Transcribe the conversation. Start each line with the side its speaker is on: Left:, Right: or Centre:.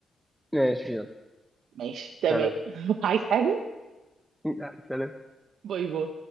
Centre: ماشي يلا
Right: ماشي تمام
Centre: سلام.
Right: <laughs> عايز حاجه
Centre: لا، سلام
Right: باي باي